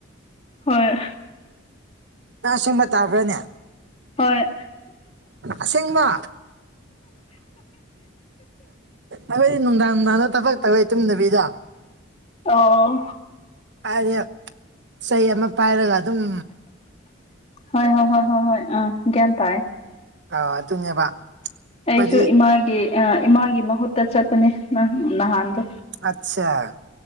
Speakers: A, on the left; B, on the right.
A: ꯍꯣꯏ
B: ꯅꯪ ꯑꯁꯦꯡꯕ ꯇꯥꯕ ꯔꯅꯦ
A: ꯍꯣꯏ
B: ꯑꯁꯦꯡꯕꯥ ꯑꯣꯏ ꯅꯨꯡꯗꯥꯡ ꯅꯨꯡꯗꯥꯡꯗ ꯊꯕꯛ ꯇꯧꯋꯦ ꯇꯨꯝꯗꯕꯤꯗ
A: ꯑꯣ
B: ꯍꯥꯏꯔꯗꯤ ꯆꯩ ꯑꯃ ꯄꯥꯏꯔꯒ ꯑꯗꯨꯝ
A: ꯍꯣꯏ ꯍꯣꯏ ꯍꯣꯏ ꯍꯣꯏ ꯍꯣꯏ ꯎ ꯒ꯭ꯌꯥꯟ ꯇꯥꯏ
B: ꯑꯗꯨꯅꯦꯕ
A: ꯑꯩꯁꯨ
B: ꯑꯩꯈꯣꯏꯗꯤ
A: ꯏꯃꯥꯒꯤ ꯏꯃꯥꯒꯤ ꯃꯍꯨꯠꯇ ꯆꯠꯄꯅꯦ ꯅꯍꯥꯟꯗꯣ
B: ꯑꯁꯆꯥ